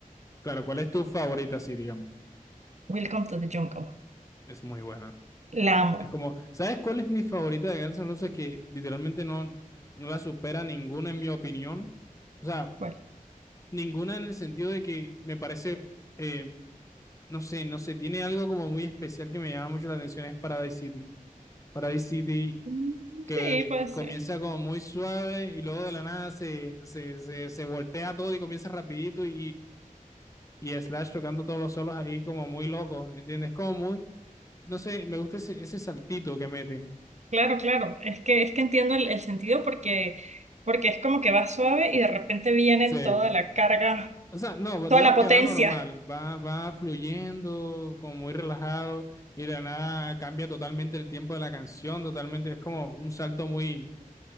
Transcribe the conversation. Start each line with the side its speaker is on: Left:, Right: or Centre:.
Left: Claro, ¿cuál es tu favorita? Sí, digamos.
Right: Welcome to the Jungle.
Left: Es muy buena.
Right: La amo.
Left: Es como, ¿sabes cuál es mi favorita de Guns N' Roses? Que literalmente no, no la supera ninguna en mi opinión. O sea,
Right: ¿Cuál?
Left: Ninguna en el sentido de que me parece, eh, no sé, no sé, tiene algo como muy especial que me llama mucho la atención, es Paradise City. Paradise City
Right: Mm,
Left: que
Right: Sí, puede ser.
Left: comienza como muy suave y luego de la nada se, se, se, se voltea todo y comienza rapidito y, y, y Slash tocando todos los solos ahí como muy loco, ¿entiendes? Como muy, no sé, me gusta ese, ese saltito que mete.
Right: Claro, claro. Es que, es que entiendo el, el sentido porque, porque es como que va suave y de repente viene
Left: Sí.
Right: toda la carga,
Left: O sea, no, pues,
Right: toda
Left: digamos
Right: la potencia.
Left: que va normal, va, va fluyendo, como muy relajado, y de la nada cambia totalmente el tiempo de la canción, totalmente, es como un salto muy,